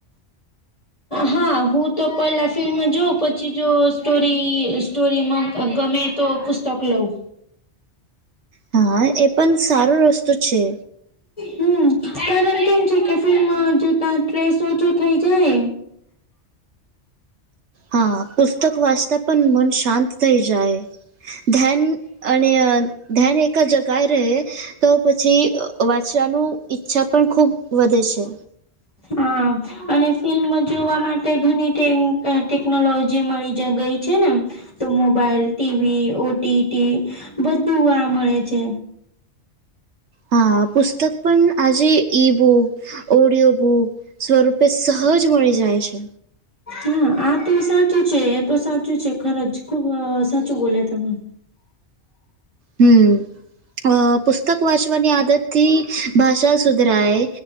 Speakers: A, on the left (about 30°); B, on the right (about 85°).
A: હા હું તો પહેલા ફિલ્મ જોઉ પછી જો સ્ટોરી સ્ટોરીમાં ગમે તો પુસ્તક લઉં
B: હા એ પણ સારો રસ્તો છે
A: હમ કારણ કેમ છે કે ફલમાં જો ત સ્ટ્રેસ ઓછો થઈ જાય
B: હા પુસ્તક વાંચતા પણ મન શાંત થઈ જાય ધ્યાન અને ધ્યાન એક જ ગાય રહે તો પછી વાંચવાનું ઈચ્છા પણ ખૂબ વધે છે
A: હા અને ફિલ્મ જોવા માટે ઘણી ટેકનોલોજી મળી ગઈ છે ને તો મોબાઈલ ટીવી ઓટીટી બધું આ મળે છે
B: હા પુસ્તક પણ આજે ઈ બુક ઓડિયો બુક સ્વરૂપે સહજ મળી જાય છે
A: હા આ તો સાચું છે એ તો સાચું છે ખર જ ખુબ સાચું બોલ્યા તમે
B: હમ અ પુસ્તક વાંચવાની આદત થી ભાષા સુધરાય